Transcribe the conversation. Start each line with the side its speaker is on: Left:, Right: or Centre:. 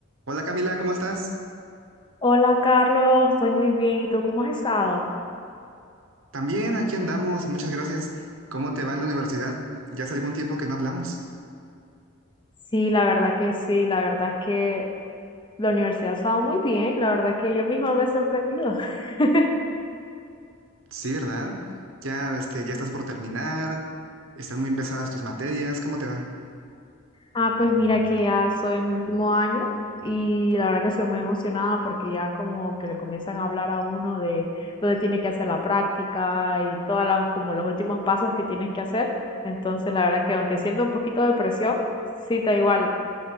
Right: Hola Camila, ¿cómo estás?
Left: Hola Carlos, estoy muy bien. ¿Y tú cómo has estado?
Right: También aquí andamos, muchas gracias. ¿Cómo te va en la universidad? Ya hace algún tiempo que no hablamos.
Left: Sí, la verdad que sí, la verdad es que la universidad ha estado muy bien, la verdad que yo misma me he sorprendido. <laughs>
Right: Sí, ¿verdad? Ya, este, ya estás por terminar, están muy pesadas tus materias, ¿cómo te va?
Left: Ah, pues mira que ya estoy en mi último año y la verdad que estoy muy emocionada porque ya como que le comienzan a hablar a uno de dónde tiene que hacer la práctica y todas las como los últimos pasos que tienes que hacer. Entonces, la verdad que aunque siento un poquito de presión, sí, da igual.